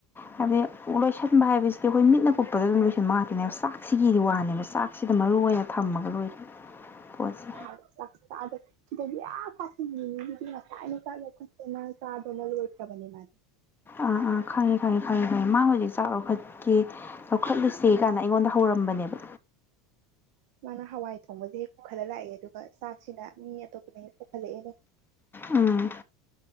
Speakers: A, in the centre; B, on the right.
A: ꯍꯥꯏꯗꯤ ꯂꯣꯏꯁꯟꯕ ꯍꯥꯏꯕꯁꯤ ꯑꯩꯈꯣꯏ ꯃꯤꯠꯅ ꯀꯨꯞꯄꯗ ꯑꯗꯨꯝ ꯂꯣꯏꯁꯤꯟꯕ ꯉꯥꯛꯇꯦꯅꯦꯕ ꯆꯥꯛꯁꯤꯒꯤ ꯋꯥꯅꯦꯕ ꯆꯥꯛꯁꯤꯗ ꯃꯔꯨ ꯑꯣꯏꯅ ꯊꯝꯃꯒ ꯂꯣꯏꯔꯦ ꯄꯣꯠꯁꯦ
B: ꯆꯗ ꯆꯗ ꯌꯥ ꯀꯇ <inaudible> ꯥꯏꯅ ꯆꯥꯂ ꯈ ꯐꯦꯃꯁꯜꯒꯣꯁꯕꯅꯤ ꯃꯥ <inaudible>
A: ꯑꯥ ꯑꯥ ꯈꯪꯉꯦ ꯈꯪꯉꯦ ꯈꯪꯉꯦ ꯈꯪꯉꯦ ꯃꯥ ꯍꯧꯖꯤꯛ ꯆꯥꯛ ꯂꯧꯈꯠꯀꯦ ꯆꯥꯎꯈꯠꯂꯨꯁꯦ ꯀꯥꯢꯅ ꯑꯩꯉꯣꯟꯗ ꯍꯧꯔꯝꯕꯅꯦꯕ
B: ꯃꯥꯅ ꯍꯋꯥꯏ ꯊꯣꯡꯕꯁꯦ ꯍꯦꯛ ꯄꯨꯈꯠꯂ ꯂꯥꯛꯑꯦ ꯑꯗꯨꯒ ꯆꯥꯛꯁꯤꯅ ꯃꯤ ꯑꯇꯣꯞꯄꯅ ꯍꯦꯛ ꯄꯨꯈꯠꯂꯛꯑꯦꯅꯦ
A: ꯎꯝ